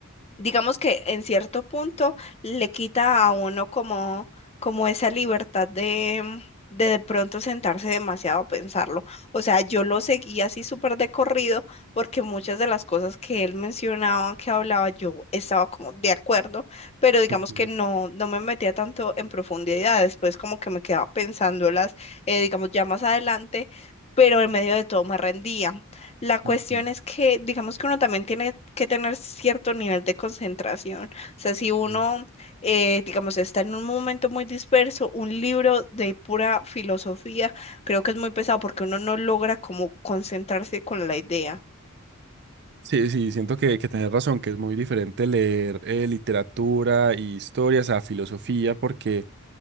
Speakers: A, on the left; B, on the right.
A: digamos que en cierto punto le quita a uno como, como esa libertad de de, de pronto sentarse demasiado a pensarlo. O sea, yo lo seguía así súper de corrido porque muchas de las cosas que él mencionaba, que hablaba, yo estaba como de acuerdo, pero digamos
B: Ok,
A: que no, no me metía tanto en profundidad. Después como que me quedaba pensándolas, eh, digamos, ya más adelante, pero en medio de todo me rendía. La cuestión
B: ok,
A: es que, digamos que uno también tiene que tener cierto nivel de concentración. O sea, si uno,
B: mm.
A: eh, digamos, está en un momento muy disperso, un libro de pura filosofía, creo que es muy pesado porque uno no logra como concentrarse con la idea.
B: Sí, sí, siento que, que tenés razón, que es muy diferente leer eh, literatura y historias a filosofía, porque